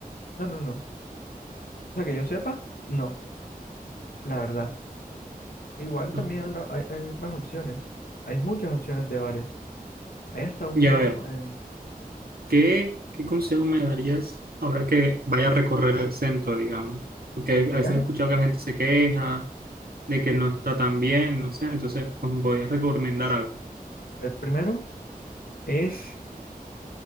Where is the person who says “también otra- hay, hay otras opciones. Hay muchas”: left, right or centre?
Left